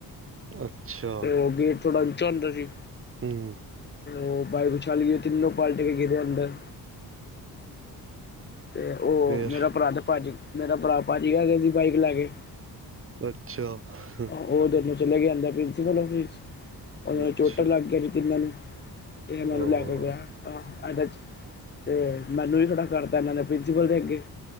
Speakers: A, on the right; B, on the left.
A: ਅੱਛਾ
B: ਤੇ ਉਹ ਗੇਟ ਥੋੜਾ ਉਂਚਾ ਹੁੰਦਾ ਸੀ।
A: ਹੂੰ
B: ਓ ਬਾਈਕ ਓਛਾਲੀ ਗਈ ਤਿੰਨੋ ਪਾਲਟ ਕੇ ਗਿਰੇ ਅੰਦਰ। ਤੇ ਉਹ
A: ਫੇਰ
B: ਮੇਰਾ ਭਰਾ ਤੇ ਮੇਰਾ ਭਰਾ ਭਜ ਗਿਆ ਅਗਲੇ ਦੀ ਬਾਈਕ ਲੈ ਕੇ।
A: ਅੱਛਾ ਹਾ
B: ਉਹ ਦੋਨੋਂ ਚਲੇ ਗਿਆ ਅੰਦਰ ਪ੍ਰਿੰਸੀਪਲ ਓਫਿਸ 'ਚ ਓਨਾ ਨੂੰ
A: ਅੱਛਾ
B: ਚੋਟਾਂ ਲੱਗ ਗਿਆ ਤਿੰਨਾਂ ਨੂੰ। ਏ
A: ਉਹ
B: ਮੈਨੂੰ ਲੈ ਕੇ ਗਿਆ ਆਹ ਏਡੇ' ਚ ਤੇ- ਮੈਨੂੰ ਵੀ ਖੜਾ ਕਰਤਾ ਇਨਾਂ ਨੇ ਪ੍ਰਿੰਸੀਪਲ ਦੇ ਅੱਗੇ।